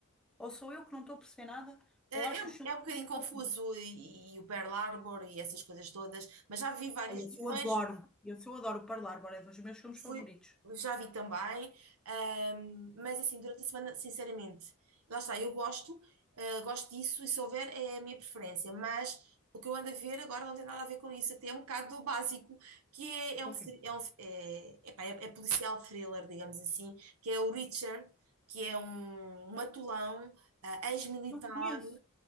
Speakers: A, in the centre; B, on the right (about 70°).
A: Ou sou eu que não estou a perceber nada,
B: Eh,
A: ou acho
B: É, um-
A: os filmes.
B: é um bocadinho
A: super
B: confuso
A: confusos.
B: e, e o Pearl Harbor e essas coisas todas, mas já vi várias
A: Ai, esse
B: versões,
A: eu adoro. Esse eu adoro, o Parlar, é dos meus filmes favoritos.
B: Fui, já vi também, ahm, mas assim, durante a semana, sinceramente, lá está, eu gosto, ah, gosto disso e se houver é a minha preferência, mas o que eu ando a ver agora não tem nada a ver com isso, até é um bocado do básico, que é, é um,
A: É o
B: thr-
A: quê?
B: é, um é, epá, é, é policial thriller, digamos assim, que é o Reacher, que é um matulão, ah, ex-militar,
A: Não conheço.